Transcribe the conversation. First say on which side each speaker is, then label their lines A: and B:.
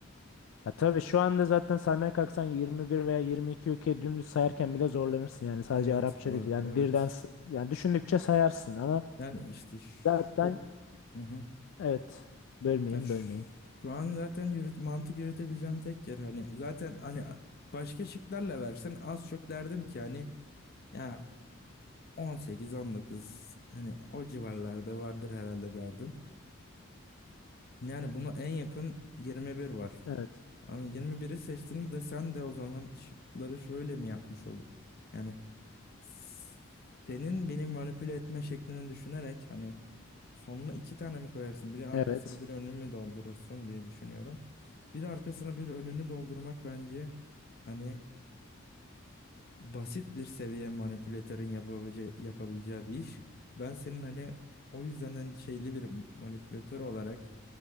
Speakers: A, on the left; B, on the left.
A: Ya tabii şu anda zaten saymaya kalksan 21 veya 22 ülke dümdüz sayarken bile zorlanırsın yani sadece
B: Evet,
A: Arapça
B: ha-
A: değil yani
B: evet.
A: birden s- yani düşündükçe sayarsın ama
B: Yani işte şu
A: zaten
B: Hı hı.
A: evet bölmeyeyim
B: Ya şu,
A: bölmeyeyim.
B: şu an zaten yürüt, mantık yürütebileceğim tek yer hani zaten hani başka şıklarla versen az çok derdim ki hani ya On sekiz, on dokuz, hani o civarlarda vardır herhalde derdim. Yani buna en yakın 21 var.
A: Evet.
B: Ama yirmi biri seçtiğinde de sen de o zaman şıkları şöyle mi yapmış oluyor? Yani s- senin beni manipüle etme şeklini düşünerek hani sonuna iki tane mi koyarsın? Biri arkasını
A: Evet.
B: bir önünü mü doldurursun diye düşünüyorum. Bir arkasını bir önünü doldurmak bence hani basit bir seviye manipülatörün yapabileceği, yapabileceği bir iş. Ben senin hani o yüzden hani şeyli bir manipülatör olarak